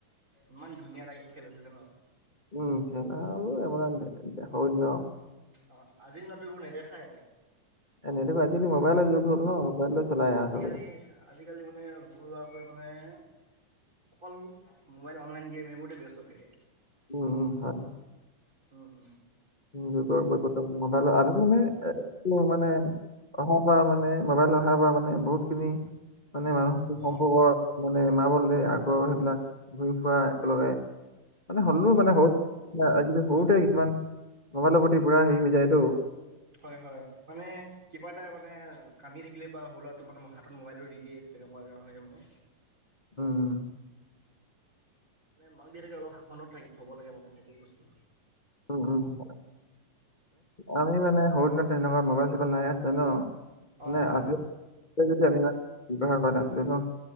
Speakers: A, on the right (about 25°); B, on the left (about 50°).
A: ইমান ধুনীয়া লাগে খেল আছিলে ন'?
B: উমঁ। খেলা আৰু মানে সৰু দিনৰ-
A: অঁ আজি নতুনবোৰ নেদেখাই।
B: এ' আজিকালি মোবাইলৰ যুগ হ'ল ন'। মোবাইলত চলাই আৰু
A: আজিকালি
B: চবে
A: আজিকালি মানে সৰু ল'ৰাবোৰে মানে- অকল মোবাইল, অনলাইন গেম সেইবোৰতে ব্যস্ত থাকে।
B: উমঁ হয়।
A: উমঁ উমঁ।
B: আজি যুগৰ বৈজতম মোবাইলৰ। আজিকালি মানে- অহাৰ পৰা মানে মোবাইল অহা পৰা মানে বহুতখিনি- মানে মানুহৰ কি সম্ভৱৰ
A: অঁ অঁ
B: মানে মাৰ্বল আগৰ সেইবিলাক ঘূৰি ফুৰা একেলগে- মানে হ'লো
A: অঁ
B: মানে সৰু আজি সৰুতে কিছুমান- মোবাইলৰ প্ৰতি পুৰা হেৰি হৈ যায় টো।
A: হয় হয় মানে কিবা এটা মানে কান্দি থাকিলে বা সৰু'তে মানে হাত'ত মোবাইলটো দি দিয়ে। তেনেকুৱাকে হৈ গ'ল মানে।
B: উমঁ।
A: মানে মাক দেউতাকে অলপ শাসনত থাকি থ'ব লাগে মানে সেইটো বস্তু।
B: উমঁ উমঁ। আমি মানে সৰু দিনতে তেনেকুৱা মোবাইল-চোবাইল নাই হৈছিলে ন' মানে
A: অঁ
B: আছিলে আমি- কিবা'হৰ কাৰণে আছিলে ন'।